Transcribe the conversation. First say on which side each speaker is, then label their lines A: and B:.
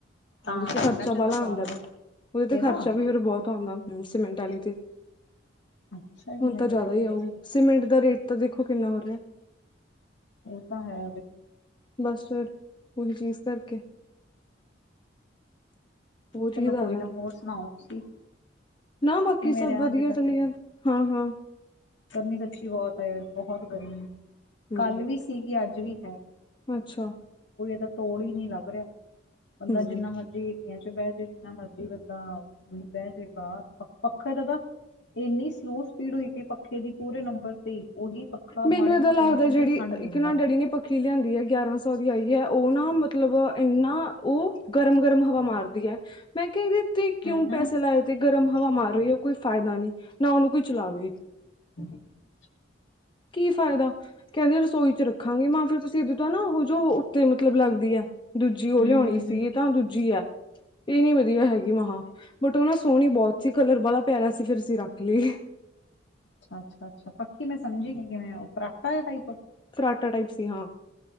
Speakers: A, on the left (about 70°); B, on the left (about 25°).
A: ਤਾਂ
B: ਉਦੇ ਤੇ ਖਰਚਾ
A: ਪਿੰਡਾਂ 'ਚ
B: ਬਾਲਾ
A: ਤਾਂ ਬਾਹਲਾ
B: ਆਉਂਦਾ ਬਟ ਉਹਦੇ ਤੇ
A: ਇਹਦਾ
B: ਖਰਚਾ ਵੀ ਫਿਰ ਬਹੁਤ ਆਉਂਦਾ ਸੀਮੈਂਟ ਵਾਲੀ।
A: ਅੱਛਾ ਜੀ
B: ਹੁਣ
A: ਮੈਨੂੰ
B: ਤਾਂ ਜਿਆਦਾ
A: ਨੀ ਪਤਾ
B: ਹੀ ਆਊ
A: ਸੀ
B: ਸੀਮੈਂਟ ਦਾ ਰੇਟ ਤਾਂ ਦੇਖੋ ਕਿੰਨਾ ਹੋਰ।
A: ਉਹ ਤਾਂ ਹੈ।
B: ਬਸ ਫਿਰ ਪੂਰੀ ਚੀਜ਼ ਕਰਕੇ। ਉਹ
A: ਚਲੋ
B: ਚੀਜ਼ ਆ
A: ਕੋਈ
B: ਜਾਂਦੀ
A: ਨਾ ਹੋਰ ਸੁਣਾਓ ਤੁਸੀਂ।
B: ਨਾ ਬਾਕੀ
A: ਕਿਵੇਂ
B: ਸਭ
A: ਰਿਹਾ
B: ਵਧੀਆ
A: ਅੱਜ ਦਾ
B: ਚਲੀ
A: ਦਿਨ
B: ਜਾ ਹਾਂ ਹਾਂ
A: ਗਰਮੀ ਸੱਚੀ ਬਹੁਤ ਹ ਬਹੁਤ ਗਰਮੀ
B: ਹਮ
A: ਕੱਲ ਵੀ ਸੀਗੀ ਅੱਜ ਵੀ।
B: ਅੱਛਾ
A: ਤਾ ਤੋੜ ਹੀ ਨਹੀਂ ਲੱਭ ਰਿਹਾ ਬੰਦਾ
B: ਹਮ
A: ਜਿੰਨਾ ਮਰਜੀ। ਵੈਸੇ ਜਿੰਨਾ ਮਰਜੀ ਬੰਦਾ ਉਹੀ ਬਹਿ ਜੇ ਪੱਖੇ ਦੇ ਤਾਂ ਇਨੀ ਸਲੋ ਸਪੀਡ ਹੋਈ ਪਈ ਪੱਖੇ ਦੀ ਪੂਰੇ ਨੰਬਰ ਤੇ ਹੀ ਉਹੀ ਪੱਖਾ
B: ਮੈਨੂੰ
A: ਮਾੜੇ
B: ਇਦਾ
A: ਮੋਟੇ
B: ਲੱਗਦਾ
A: ਮੌਸਮ
B: ਜਿਹੜੀ
A: ਚ ਠੰਡ ਦਿੰਦਾ
B: ਕਿਨਾ ਡੈਡੀ ਨੇ ਪੱਖੀ ਲਿਆਂਦੀ ਹ। ਆਈ ਹ ਉਹ ਨਾ ਮਤਲਬ ਇਨਾ ਉਹ ਗਰਮ ਗਰਮ ਹਵਾ ਮਾਰਦੀ ਹ ਮੈਂ ਕਿਹਾ ਇਹਦੇ। ਤੇ ਕਿਉਂ
A: ਹਾਂ ਹਾਂ
B: ਪੈਸੇ ਲਾਏ ਤੇ ਗਰਮ ਹਵਾ ਮਾਰ ਰਹੀ ਹ। ਕੋਈ ਫਾਇਦਾ ਨਹੀਂ ਨਾ ਉਹਨੂੰ ਕੋਈ ਚਲਾਵੇ।
A: ਗੁੰਮ ਵਿਚ।
B: ਕੀ ਫਾਇਦਾ ਕਹਿੰਦੇ ਰਸੋਈ ਚ ਰੱਖਾਂਗੇ ਮੈਂ ਕੀ ਫਾਇਦਾ ਕਹਿੰਦੇ ਰਸੋਈ ਚ ਰੱਖਾਂਗੇ ਜੋ ਉੱਤੇ ਮਤਲਬ ਲੱਗਦੀ ਹ ਦੂਜੀ ਉਹ
A: ਹਮ
B: ਲਿਆਉਣੀ
A: ਹਮ
B: ਸੀ
A: ਹਮ
B: ਤਾਂ ਦੂਜੀ ਆ। ਇਹ ਨਹੀਂ ਵਧੀਆ ਹੈਗੀ ਮਹਾ ਬਟ ਉਹਨਾਂ ਸੋਹਣੀ ਬਹੁਤ ਸੀ ਕਲਰ ਵਾਲਾ ਪਿਆਰਾ। ਸਿਰਫ ਅਸੀਂ ਰੱਖ ਲਈ।
A: ਅੱਛਾ ਅੱਛਾ ਅੱਛਾ ਪੱਕੀ ਮੈਂ ਸਮਝੀ ਨੀ ਕਿਵੇਂ ਉਹ ਫਰਾਟਾ ਜਾ ਟਾਈਪ।
B: ਫਰਾਟਾ ਟਾਈਪ ਸੀ ਹਾਂ।